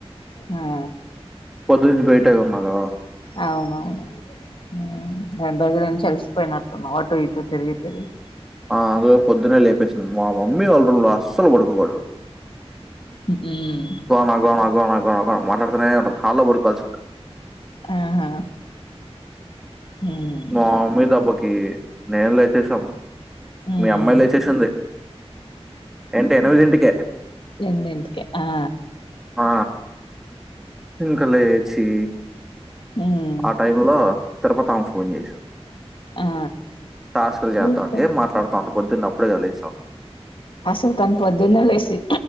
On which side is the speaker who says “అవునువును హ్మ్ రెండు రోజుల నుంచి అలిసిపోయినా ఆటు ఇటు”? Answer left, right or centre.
Left